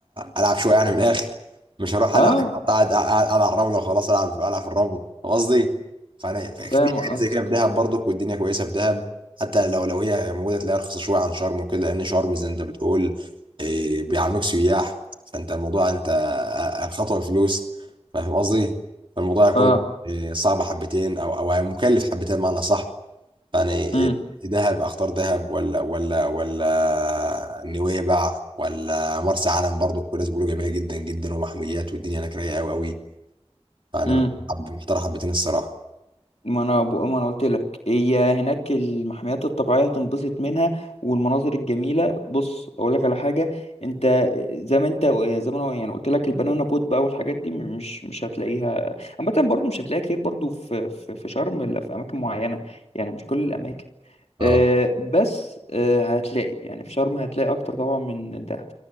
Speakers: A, on the right; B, on the left.
A: العب شويه يعني من الاخر مش هروح
B: اه
A: انا قاعد قاعد على الرمله وخلاص العب العب في الرمل فاهم قصدي فانا في
B: فاهم
A: في حاجات
B: قصدك
A: زي كده في دهب برضك والدنيا كويسه في دهب حتى لو لو هي موجوده تلاقيها رخيصه شويه عن شرم وكده لان شرم زي ما انت بتقول إيه، بيعاملوك سياح فانت الموضوع انت آه، الخطوه بفلوس فاهم قصدي فالموضوع يكون
B: اه
A: إيه، صعب حبتين او او مكلف حبتين معنى صح يعني
B: امم
A: دهب اختار دهب ولا ولا ولا نويبع ولا مرسى علم برضو كل الناس بيقولوا جميله جدا جدا ومحميات والدنيا هناك رايقه قوي قوي يعني
B: امم
A: حب محتار حبتين الصراحه
B: ما انا بقى ما انا قلت لك هي هناك المحميات الطبيعيه هتنبسط منها والمناظر الجميله بص اقول لك على حاجه انت زي ما انت زي ما انا يعني قلت لك البنانا بوت بقى والحاجات دي مش مش هتلاقيها عامه برضو مش هتلاقيها كتير برضو في في في شرم الا في اماكن معينه يعني مش كل الاماكن
A: اه
B: آه، بس آه، هتلاقي يعني في شرم هتلاقي اكتر طبعا من دهب